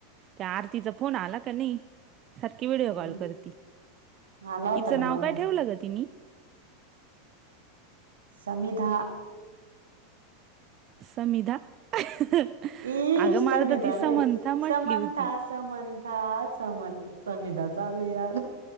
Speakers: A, on the right; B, on the right.
A: त्या आरतीचा फोन आला का नाही. सारखी व्हिडओ
B: हम्म
A: कॉल करती
B: आला होता
A: तिच
B: ना
A: नाव
B: मग
A: काय ठेवलं ग तिनी.
B: संमिधा.
A: समिधा. अगं
B: इ संविधान
A: मला तर ती समंथा म्हटली
B: समता
A: होती
B: आस. समंथा समंथ समीदा चालू यार.